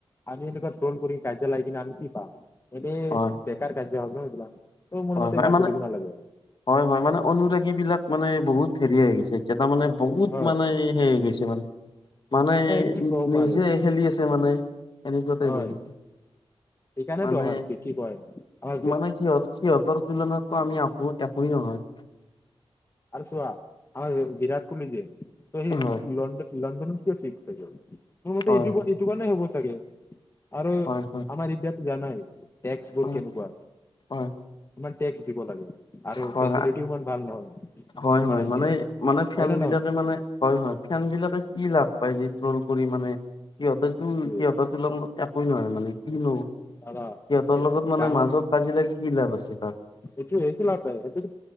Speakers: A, on the left; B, on the left.
A: আমি এনেকুৱা ট্ৰল কৰি কাজিয়া লাগি কিনে আমি কি পাম, এনেই
B: হয়
A: বেকাৰ কাজিয়া হয় ন এইবিলাক। ত' মোৰ
B: হয়
A: মতে
B: হয়
A: এইবিলাক
B: মানে,
A: কৰিব নালাগে
B: হয় হয় মানে অনুৰাগীবিলাক মানে বহুত হেৰি হৈ গৈছে। এতিয়া তাৰমানে বহুত
A: হয়
B: মানে হেৰি গৈছে মানে মানে
A: কি ক'ম
B: নিজে
A: আৰু
B: খেলি আছে মানে এনেকুৱাতে
A: হয়
B: হৈ গৈছে
A: সেইকাৰণেতো
B: মানে
A: আমাৰ কি কি কয় আমাৰ
B: মানে সিহঁত সিহঁতৰ তুলনাততো আমি একো একোই নহয়।
A: আৰু চোৱা আমাৰ বিৰাট কোহলি যে ত সেই
B: হয়
A: লণ্ডনত লণ্ডনত কিয় চিফ হৈ গ'ল। মোৰ মতে
B: হয়
A: এইটো, এইটো কাৰণে হ'ব চাগে আৰু
B: হয় হয়
A: আমাৰ ইণ্ডিয়াততো জানাই এ টেক্সবোৰ
B: হয়
A: কেনেকুৱা,
B: হয়
A: ইমান টেক্স দিব লাগে। আৰু
B: হয়
A: ফেচিলিটি ইমান ভাল নহয়।
B: হয়
A: আমাৰ
B: হয়
A: ইণ্ডিয়াত
B: মানে, মানে ফেণ্ড
A: হয় নে
B: বিলাকে
A: নহয়
B: মানে হয় হয়, ফেণ্ড বিলাকে কি লাভ পাই যে ট্ৰল কৰি মানে সিহঁতে তো
A: সেইটোৱে
B: সিহঁতৰ তুলনা একোই নহয় মানে, কিনো
A: দাদা
B: সিহঁতৰ
A: এক
B: লগত মানে
A: ডাঙৰ
B: মাজত কাজিয়া লাগি কি লাভ আছে তাত।
A: এইটো একো লাভ নাই, সেইটোতো